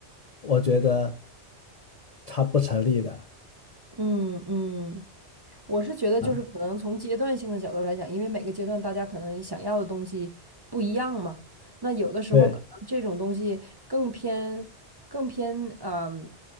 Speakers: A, on the left; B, on the right.
A: 我觉得它不成立的
B: 嗯嗯。我是觉得，就是可能从阶段性的角度来讲，
A: 啊。
B: 因为每个阶段大家可能想要的东西不一样嘛。那有的时候可能这种东西更偏、
A: 对，
B: 更偏，嗯，